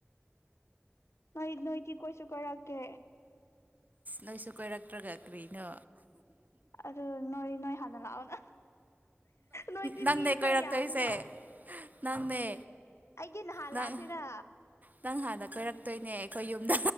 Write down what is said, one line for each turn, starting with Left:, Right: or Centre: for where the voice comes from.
Left: ꯅꯣꯏ ꯅꯣꯏꯗꯤ ꯀꯣꯏꯁꯨ ꯀꯣꯏꯔꯛꯇꯦ꯫
Right: ꯅꯣꯏꯁꯨ ꯀꯣꯏꯔꯛꯇꯔ꯭ꯒ꯫ ꯀꯔꯤꯅꯣ
Left: ꯑꯗꯨ ꯅꯣꯏ ꯅꯣꯏ ꯍꯥꯟꯅ ꯂꯥꯛꯑꯣꯅ ꯅꯣꯏꯗꯤ
Right: ꯅꯪꯅꯦ
Left: ꯃꯤ ꯈꯔ
Right: ꯀꯣꯏꯔꯛꯇꯣꯏꯁꯦ
Left: ꯌꯥꯝꯃꯤꯅ
Right: ꯅꯪꯅꯦ
Left: ꯑꯩꯗꯤ ꯅꯍꯥꯟ
Right: ꯅꯪ
Left: ꯂꯥꯛꯈ꯭ꯔꯦꯗ
Right: ꯅꯪ ꯍꯥꯟꯅ꯫ ꯀꯣꯏꯔꯛꯇꯣꯏꯅꯦ ꯑꯩꯈꯣꯏ ꯌꯨꯝꯗ꯫